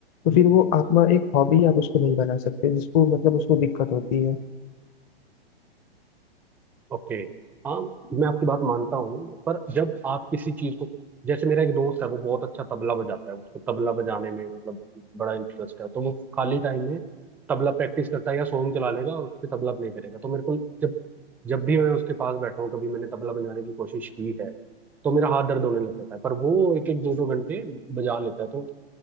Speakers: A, on the left (about 30°); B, in the centre.
A: तो फिर वो आप एक हॉबी आप उसको नहीं बना सकते जिसको मतलब उसको दिक्कत होती है
B: ओके हाँ मैं आपकी बात मानता हूँ पर जब आप किसी चीज को जैसे मेरा एक दोस्त है वो बहुत अच्छा तबला बजाता है उसको तबला बजाने में मतलब बड़ा इंटरेस्ट है तो वो खाली टाइम में तबला प्रैक्टिस करता है या सॉन्ग चला लेगा और उस पे तबला प्ले करेगा तो मेरे को जब जब भी मैं उसके पास बैठा हूँ कभी मैंने तबला बजाने की कोशिश की है तो मेरा हाथ दर्द होने लग जाता है पर वो एक एक दो दो घंटे बजा लेता है तो